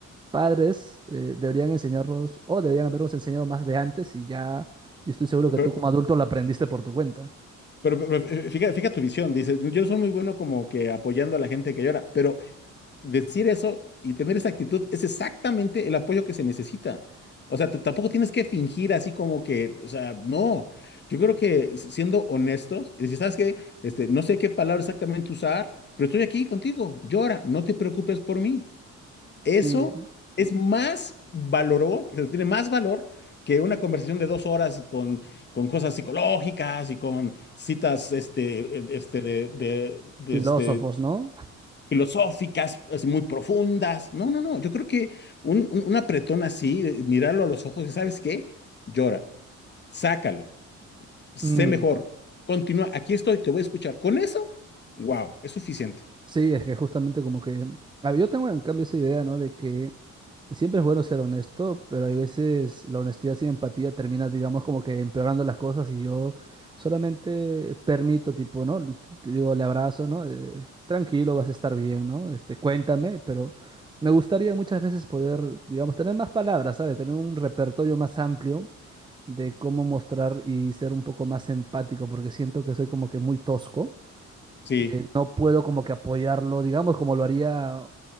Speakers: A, on the right (about 15°); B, on the left (about 35°).
A: padres eh, deberían enseñarnos, o deberían habernos enseñado más de antes, y ya, yo estoy seguro que
B: pero,
A: tú como adulto lo aprendiste por tu cuenta.
B: pero- pero, eh, fija, fija tu visión. Dices, yo soy muy bueno como que apoyando a la gente que llora, pero decir eso y tener esa actitud es exactamente el apoyo que se necesita. O sea, t- tampoco tienes que fingir así como que, o sea, no. Yo creo que s- siendo honestos y decir, ¿sabes qué? Este, no sé qué palabra exactamente usar, pero estoy aquí contigo. Llora, no te preocupes por mí.
A: Sí,
B: Eso es más valoroso, tiene más valor que una conversación de dos horas con, con cosas psicológicas y con citas este, eh, este, de, de- de,
A: filósofos,
B: este,
A: ¿no?
B: filosóficas, así muy profundas. No, no, no. Yo creo que un, un, un apretón así, eh, mirarlo a los ojos y ¿sabes qué? Llora, sácalo, sé
A: Mm,
B: mejor, continúa, aquí estoy, te voy a escuchar. Con eso, wow, es suficiente.
A: Sí, es que justamente como que... A ver, yo tengo en cambio esa idea, ¿no? De que siempre es bueno ser honesto, pero hay veces la honestidad sin empatía termina, digamos, como que empeorando las cosas y yo solamente permito, tipo, ¿no? Te- te digo, le abrazo, ¿no? Eh, tranquilo, vas a estar bien, ¿no? Este, cuéntame, pero me gustaría muchas veces poder, digamos, tener más palabras, ¿sabes? Tener un repertorio más amplio de cómo mostrar y ser un poco más empático, porque siento que soy como que muy tosco
B: Sí,
A: eh, no puedo como que apoyarlo, digamos, como lo haría,